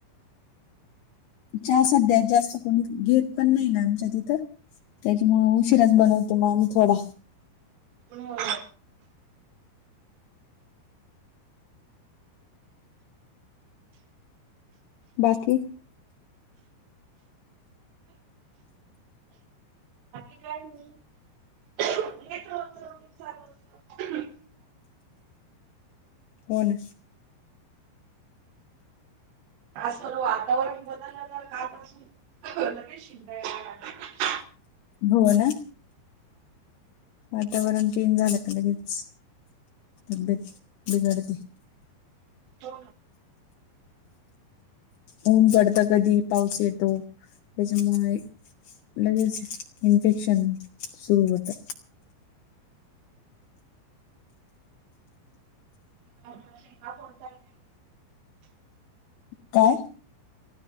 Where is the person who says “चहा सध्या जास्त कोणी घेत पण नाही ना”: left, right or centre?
Left